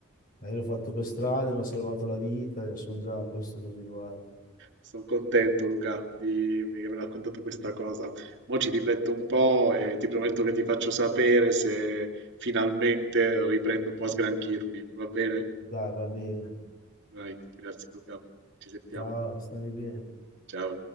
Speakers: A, on the left (about 45°); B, on the right (about 60°).
A: Ma io l'ho fatto per strada, mi ha salvato la vita e sono già a posto così, guarda.
B: Sono contento, Luca, di di aver raccontato questa cosa. Mo' ci rifletto un po' e ti prometto che ti faccio sapere se finalmente riprendo un po' a sgranchirmi, va bene?
A: Dai, va bene.
B: Vai, grazie Luca, ci sentiamo.
A: Ciao, stammi bene.
B: Ciao.